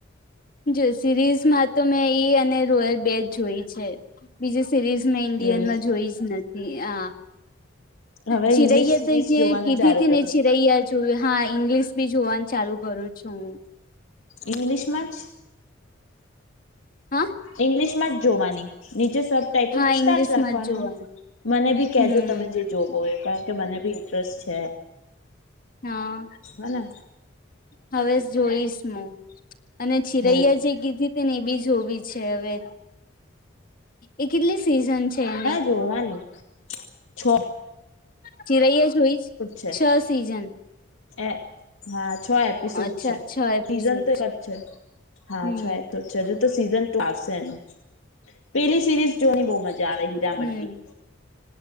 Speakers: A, on the left; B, on the left.
A: જો સિરીઝમાં તો મેં ઈ અને રોયલ બેચ જોઈ છે. બીજી સિરીઝ મેં ઇન્ડિયનમાં
B: એવું
A: જોઈ જ નથી આ
B: હવે
A: છિરૈયા
B: ઈંગ્લિશ સિરીઝ
A: તો જે
B: જોવાનું
A: કીધી
B: ચાલુ
A: હતી
B: કરો
A: ને છિરૈયા. જો હા ઇંગ્લિશ બી જોવાનું ચાલુ કરું છું હું.
B: ઇંગલિશ માછ.
A: હા
B: ઈંગ્લિશ માં જ જોવાની નીચે શબ. ટાઇટલ
A: હા ઈંગ્લિશમાં
B: સ્ટાર રાખવાનું
A: જ જોવાનું
B: મને બી કેજો
A: હમ
B: તમે જે જોબો એ કારણ કે મને બી ઇન્ટરેસ્ટ છે
A: હા
B: હોને
A: હવે જોઈશ ન અને છીરૈયા
B: હો
A: છે કીધી ને એ બી જોવીી છે હવે એ કેટલી સિઝન છે એની
B: જોવાની. છો.
A: ચીરાૈએ જોઈ
B: છે
A: છો સિઝન
B: એ હા છ એપિસોડ
A: અચ્છા
B: છે
A: છ એપિસોડ
B: સીઝન તો એક જ છે. હા
A: હમ
B: છે એ તો છે હજુ તો સીઝન ટુ આવશે એનું પેલી સિરીઝ જોની બહુ મજા આવે હીરા
A: હમ
B: મંડી